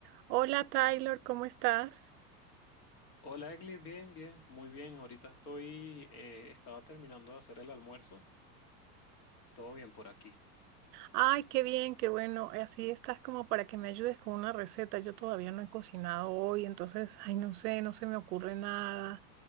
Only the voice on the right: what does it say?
Hola Taylor, ¿cómo estás?
Ay, qué bien, qué bueno. Así estás como para que me ayudes con una receta. Yo todavía no he cocinado hoy, entonces, ay, no sé, no se me ocurre nada.